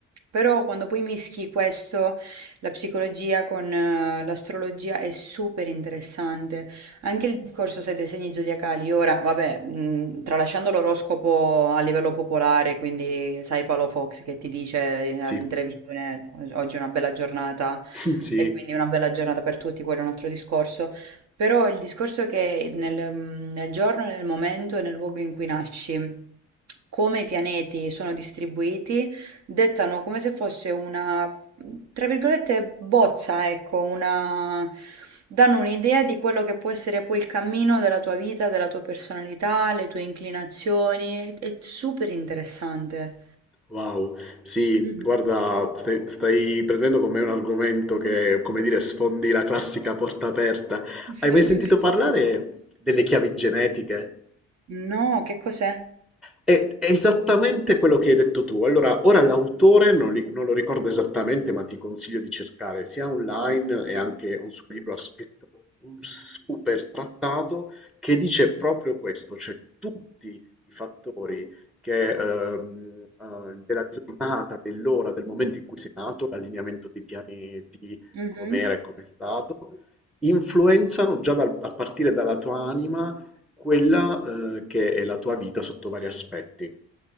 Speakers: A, on the right (about 60°); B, in the centre.
A: però quando poi mischi questo, la psicologia con eh, l'astrologia è super interessante. Anche il discorso, sai, dei segni zodiacali, ora, vabbè, mh, tralasciando l'oroscopo a livello popolare, quindi sai Paolo Fox che ti dice in
B: Sì.
A: in televisione oggi è una bella giornata
B: <laughs> Sì.
A: e quindi una bella giornata per tutti, quello è un altro discorso, però il discorso è che nel, mh, nel giorno, nel momento e nel luogo in cui nasci, come i pianeti sono distribuiti, dettano come se fosse una Mhmm, tra virgolette "bozza", ecco, una danno un'idea di quello che può essere poi il cammino della tua vita, della tua personalità, le tue inclinazioni. È super interessante.
B: Wow. Sì,
A: Mh-mh.
B: guarda, stai stai prendendo con me un argomento che, come dire, sfondi la classica porta aperta.
A: <laughs>
B: Hai mai sentito parlare delle chiavi genetiche?
A: No, che cos'è?
B: È esattamente quello che hai detto tu. Allora, ora l'autore non, li- non lo ricordo esattamente, ma ti consiglio di cercare sia online e anche un suo libro ha scritto un super trattato che dice proprio questo, cioè tutti i fattori che, ehm, eh, della giornata, dell'ora, del momento in cui sei nato, l'allineamento dei pianeti,
A: Mh-mh.
B: com'era e com'è stato, influenzano già dal- a partire dalla tua anima quella, ehm, che è la tua vita sotto vari aspetti.